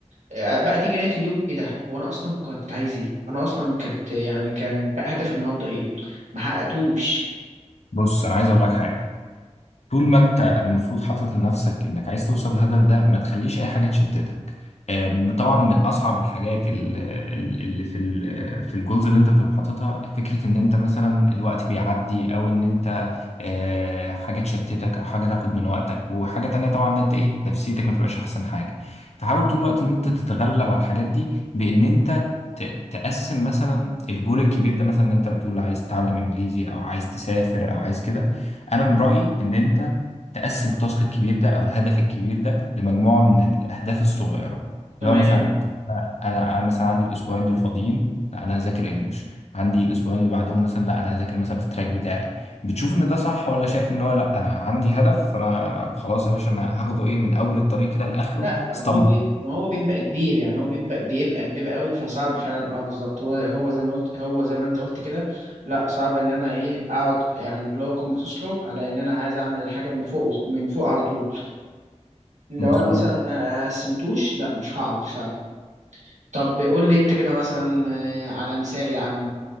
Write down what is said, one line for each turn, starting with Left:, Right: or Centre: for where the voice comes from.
Right: آه، بقى تيجي نهاية اليوم ايه ده هو انا اصلا كنت عايز ايه انا اصلا كنت يعني كان بقى هدف النهارده ايه ما حققتوش
Left: بص انا عايز اقول لك حاجة طول ما انت المفروض حاطط لنفسك انك عايز توصل للهدف ده ما تخليش اي حاجه تشتتك آم، طبعا من اصعب الحاجات ال- ال- اللي في ال- في الجولز اللي انت بتبقى حاططها فكره ان انت مثلا الوقت بيعدي او ان انت آه، حاجه تشتتك او حاجه تاخد من وقتك وحاجه تانية طبعا ان انت ايه نفسيتك ما تبقاش احسن حاجه فحاول طول الوقت ان انت تتغلب على الحاجات دي بان انت ت- تقسم مثلا الجول الكبير ده مثلا ان انت بتقول عايز تتعلم انجليزي او عايز تسافر او عايز كده انا من رايي ان انت تقسم التاسك الكبير ده او الهدف الكبير ده لمجموعه من الاهداف الصغيره
Right: تمام
Left: لو مثلا طب انا انا أنا مثلا عندي الاسبوعين دول فاضيين لا انا هذاكر انجلش عندي الاسبوعين اللي بعدهم مثلا لا انا هذاكر مثلا في التراك بتاعي بتشوف ان ده صح ولا شايف ان هو لا انا عندي هدف فانا خلاص يا باشا انا هاخده ايه من اول الطريق كده لاخره
Right: لا ما
Left: اسطمبة
Right: هو بيبقى ما هو بيبقى كبير يعني هو بيبقى بيبقى كبير قوي فصعب فعلا اه بالظبط هو هو زي ما قلت هو زي ما انت قلت كده لا صعب ان انا ايه اقعد يعني اللي هو اكون باصص له على ان انا عايز اعمل الحاجه من فوق من فوق على طول لو
Left: مظبوط
Right: انا مثلا ما قسمتوش لا مش هعرف فعلا طب قول لي انت كده مثلا آه، على مثال يا عم